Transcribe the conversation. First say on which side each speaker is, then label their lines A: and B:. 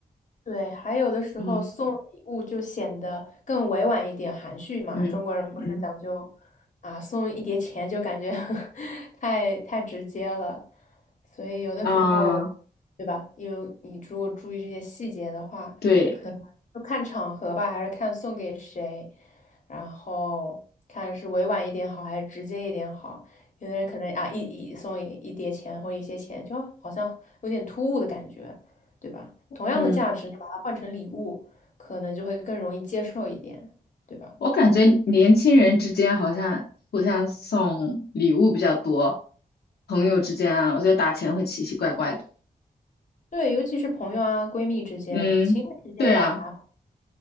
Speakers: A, on the left; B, on the left.
A: 对，还有的时候送礼物就显得更委婉一点、
B: <laughs> 嗯。
A: 含蓄嘛。
B: 嗯嗯
A: 中国人不是讲究啊，送一叠钱就感觉 <laughs> 太太直接了，所以有的时候，
B: 啊，
A: 对吧？有你如果注意这些细节的话，
B: 对，
A: 可能就看场合吧，还是看送给谁，然后看是委婉一点好，还是直接一点好。有的人可能啊，一一送一一叠钱或一些钱，就好像有点突兀的感觉。对吧？同样的价值，
B: 嗯，
A: 你把它换成礼物，可能就会更容易接受一点，对吧？
B: 我感觉年轻人之间好像互相送礼物比较多，朋友之间啊，我觉得打钱会奇奇怪怪的。
A: 对，尤其是朋友啊、闺蜜之间，
B: 嗯，
A: 情侣之间倒还好。
B: 对啊，